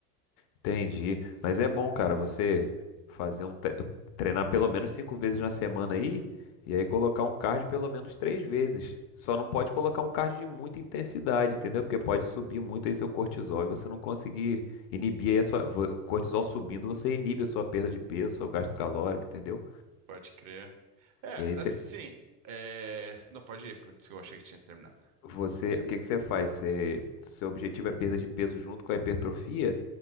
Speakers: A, on the left; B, on the right.
A: Entendi. Mas é bom, cara, você fazer um tre- treinar pelo menos cinco vezes na semana aí e aí colocar um cardio pelo menos três vezes. Só não pode colocar um cardio de muita intensidade, entendeu? Porque pode subir muito aí seu cortisol e você não conseguir inibir aí a sua vo- cortisol subindo, você inibe a sua perda de peso, seu gasto calórico, entendeu?
B: Pode crer. É,
A: E aí você
B: assim. é, Não, pode ir. quando- Eu achei que tinha terminado.
A: Você, o que que você faz? Você, seu objetivo é perda de peso junto com a hipertrofia?